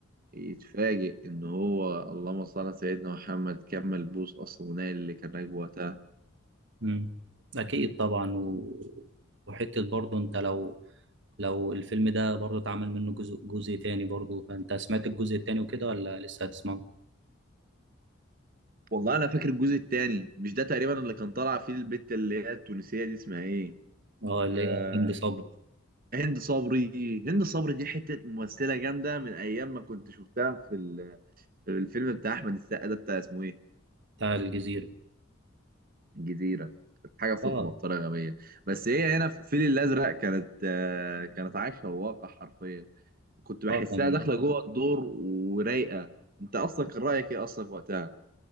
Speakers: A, on the right; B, on the right.
A: يتفاجئ إن هو اللهم صل على سيدنا محمد كمل بوس أصلا ونايل اللي كان راكبه وقتها
B: مم. اكيد طبعا و... وحته برضه انت لو لو الفيلم ده برضه اتعمل منه جزء جزء تاني برضه فانت سمعت الجزء التاني وكده ولا لسه هتسمعه؟
A: والله انا فاكر الجزء الثاني مش ده تقريبا اللي كان طالع فيه البت اللي هي التونسيه دي اسمها ايه
B: اه اللي
A: آه
B: هي هند صبري
A: هند صبري هند صبري دي حته ممثله جامده من ايام ما كنت شفتها في, ال- في الفيلم بتاع احمد السقا ده بتاع اسمه ايه
B: بتاع الجزيره
A: الجزيره كانت حاجه فخمه
B: اه
A: بطريقه غبيه بس هي هنا في الفيل الازرق كانت آه كانت عايشه الواقع حرفيا كنت بحسها
B: اه كان
A: داخله جوه الدور ورايقه انت اصلا كان رايك ايه اصلا وقتها